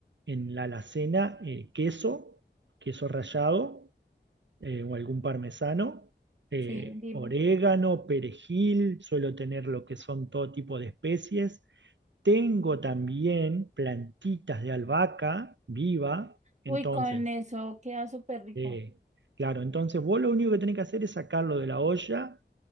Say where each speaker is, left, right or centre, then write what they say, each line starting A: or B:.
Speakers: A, on the right; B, on the right.
A: en la alacena eh, queso, queso rallado eh, o algún parmesano, eh,
B: Sí, dime.
A: orégano, perejil, suelo tener lo que son todo tipo de especies. Tengo también plantitas de albahaca viva, entonces,
B: Uy, con eso queda súper rico.
A: eh, claro, entonces vos lo único que tenés que hacer es sacarlo de la olla